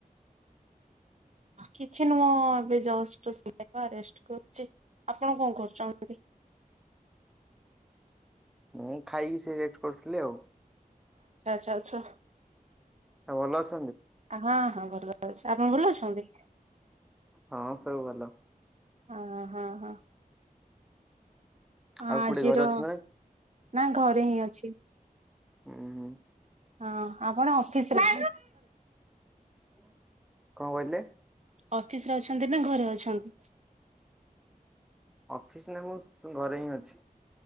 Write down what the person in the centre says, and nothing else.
ମୁଁ ଖାଇକି ସେ ରେଟ କରିଥିଲି ଆଉ।
ହଁ ଭଲ ଅଛ।
ହଁ ସବୁ ଭଲ।
ଆଉ
କୋଉଠି ଘରେ ଅଛନ୍ତି
ହୁଁ ହୁଁ
କଣ କହିଲେ?
ଅଫିସ ନେ ମୁଁ ଘରେ ହିଁ ଅଛି।